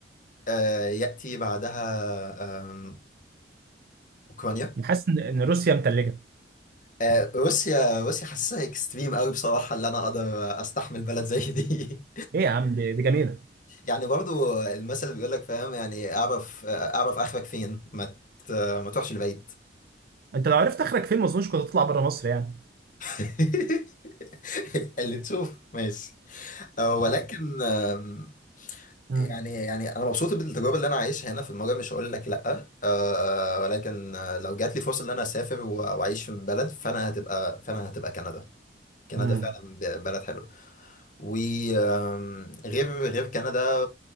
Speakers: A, on the left; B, on the right.
A: أه يأتي بعدها آم، أوكرانيا
B: أنا حاسس ان إن روسيا متلجة
A: أه روسيا روسيا حاسسها اكستريم قوي بصراحة اللي أنا أقدر أستحمل بلد زي دي
B: ايه يا عم دي دي جميلة
A: <laughs> يعني برضو المثل اللي بيقول لك فاهم يعني أعرف آه، أعرف آخرك فين ما ت- ما تروحش لبعيد
B: انت لو عرفت اخرك فين ما اظنش كنت هتطلع بره مصر يعني
A: <laughs> اللي تشوف ماشي أه، ولكن آم،
B: امم
A: يعني يعني انا مبسوط بالتجربه اللي انا عايشها هنا في المجر مش هقول لك لا أه، ولكن آه، لو جات لي فرصه ان انا اسافر و- واعيش في بلد فانا هتبقى فانا هتبقى كندا كندا
B: امم
A: فعلا ب- بلد حلو وغير غير كندا